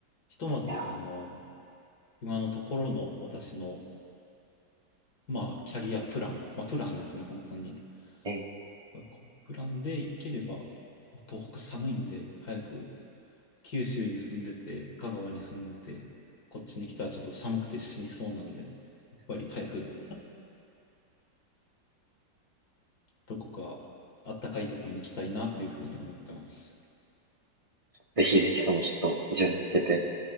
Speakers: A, on the left (about 50°); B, on the right (about 25°).
A: ひとまず、
B: いや
A: あの、今のところの私の、まあ、キャリアプラン、まあ、プランですね、本当に。
B: ーええ。
A: このプランでいければ、まあ東北寒いんで、早く九州に住んでて、香川に住んでて、こっちに来たらちょっと寒くて死にそうなんで、やっぱり早くどこか暖かいとこに行きたいなというふうに思ってます。
B: ぜひぜひそのちょっとビジョンに向けて